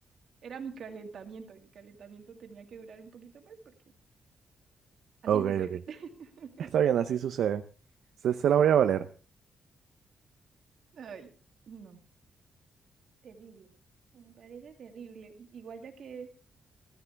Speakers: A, on the right (about 50°); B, on the right (about 70°).
A: era mi calentamiento y mi calentamiento tenía que durar un poquito más porque Así
B: Ok,
A: sucede.
B: ok.
A: <laughs>
B: Está bien, así sucede. Se, se la voy a valer.
A: Ay, no. Terrible. Me parece terrible. Igual ya que,